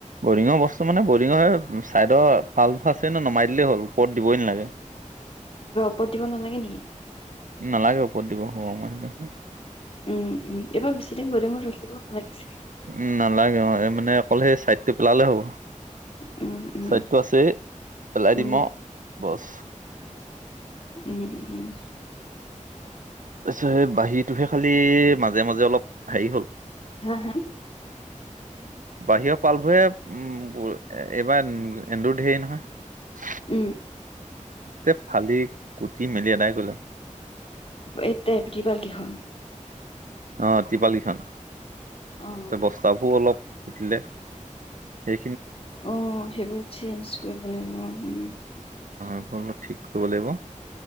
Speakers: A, on the right; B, on the left.
A: বৰিঙ বচ মানে বৰিঙৰ হয় চাইডৰ পাল্ফ আছে নে নমাই দিলেই হ'ল। ওপৰত দিবই নালাগে।
B: বদ দিব নালাগে নেকি?
A: নালাগে ওপৰত দিব হমই আহিল।
B: উম। উম, এবাৰ বেছিদিন গুদামত ৰাখিব নালাগিছিল।
A: উম, নালাগে অ এই মানে অকল সেই ছাইডটো পেলালে হ'ব।
B: উম, উম,
A: স্বাইটো আছে পেলাই
B: উম,
A: দিম আৰু বছ।
B: উম, উম, উম।
A: তাৰপিছত বাঁহীটোহে খালি মাজ মাজে মাজে অলপ হেৰি হ'ল।
B: হা, হা?
A: বাহিৰৰ পালবোৰে উম, এইবাৰ এন্দুৰ ধেৰ নহয়।
B: উম।
A: তে ফালি কুটি মেলি এদাই গ'লে।
B: এ তে ত্ৰিপাল কেখন।
A: অ', টিপালী খান
B: অ',
A: বস্তাবোৰ অলপ উঠিলে দে
B: অ সেইবোৰ চেঞ্জ কৰিব লাগিব উম
A: সম্পূৰ্ণ ঠিক কৰিব লাগিব